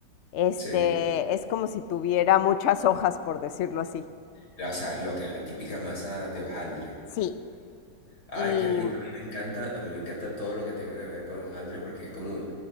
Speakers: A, on the left; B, on the left.
A: este,
B: sí.
A: es como si tuviera muchas hojas, por decirlo así.
B: La- O sea, lo que, la típica masa de hojaldre.
A: Sí,
B: Ay,
A: y,
B: qué rico. A mí me encanta, a mí me encanta todo lo que tenga que ver con hojaldre porque es como,